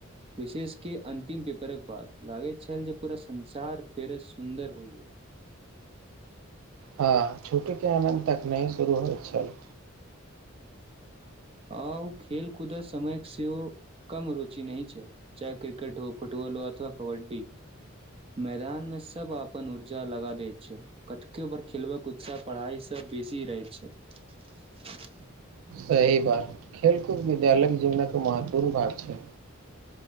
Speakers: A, on the right; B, on the right.
A: विशेष के अन्तिम पेपरक बाद लागैत छल जे पूरा संसार फेर सुन्दर होइ गेल
B: हँ छुट्टी के आनन्द तक नहि शुरू होइत छल
A: <unintelligible>
B: रहि बात खेलकूद विद्यालय जीवन केँ महत्वपूर्ण भाग छैक